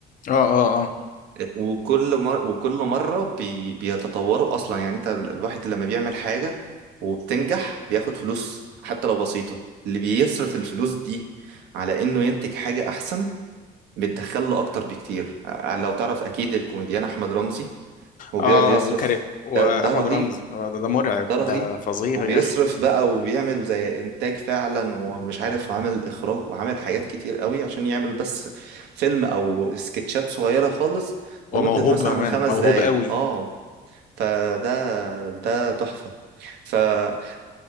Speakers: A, on the left; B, on the right.
A: اه اه اه
B: آه، وكل مر... وكل مره بي... بيتطوروا اصلا يعني انت ال- الواحد لما بيعمل حاجه وبتنجح بياخد فلوس حتى لو بسيطه اللي بيصرف الفلوس دي على انه ينتج حاجه احسن بتدخل له اكتر بكتير ع- لو تعرف اكيد الكوميديان احمد رمزي هو
A: اه
B: بيقعد يصرف
A: وكاري واحمد
B: ده, ده رهيب
A: رمزي آه، ده, ده مرعب
B: ده
A: ده
B: رهيب
A: فظيع
B: وبيصرف
A: يا اخي
B: بقى وبيعمل زي انتاج فعلا ومش عارف وعامل اخراج وعامل حاجات كتير قوي عشان يعمل بس فيلم او سكتشات صغيرة خالص لمدة
A: هو موهوب
B: مثلا
A: بامانه
B: خمس
A: موهوب
B: دقايق
A: قوي
B: اه فده ده تحفة فعموما